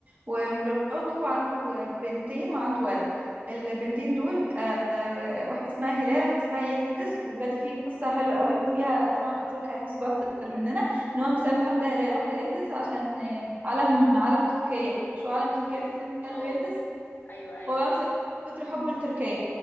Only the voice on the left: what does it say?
اه
ايوه ايوه